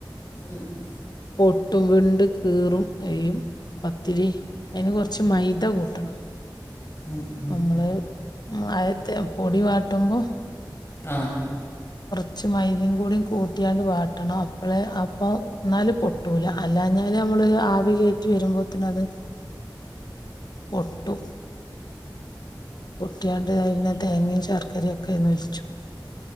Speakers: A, on the left; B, on the left.
A: ഉം ഉം
B: പൊട്ടും വിണ്ടുകീറും എയ്യും പത്തിരി അതിന് കൊറച്ച് മൈദ കൂട്ടണം
A: ഉം ഉം
B: നമ്മള് ആയത്തെ പൊടി വാട്ടുമ്പോ
A: ആ
B: ച്ച് മൈദേം കൂടി കൂട്ടിയാണ്ട് വാട്ടണം അപ്പഴെ അപ്പം എന്നാലും പൊട്ടൂല അല്ലാഞ്ഞാല് നമ്മള് ആവികേറ്റി വരുമ്പോത്തേനത് പൊട്ടും പൊട്ടിയാണ്ട് അതിനെ തേങ്ങയും ശർക്കരയും ഒക്കെന്നൊഴിച്ചു